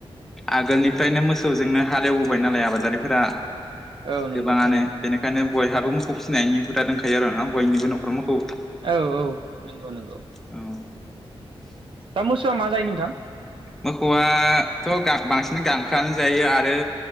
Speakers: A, in the centre; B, on the right.
A: आगोलनिफ्रायनो मोसौजोंनो हालेवबोबाय नालाय आबादारिफोरा
B: औ
A: गोबाङानो
B: नंगौ थारैनो
A: बेनिखायनो बयहाबो मोखौ फिसिनायनि हुदा दंखायो आरो ना बयनिबो न'खराव मोखौ
B: औ औ नंगौ नंगौ।
A: औ।
B: दा मोसौआ मा जायो नोंथां
A: मोसौआथ' बांसिन गांखोआनो जायो आरो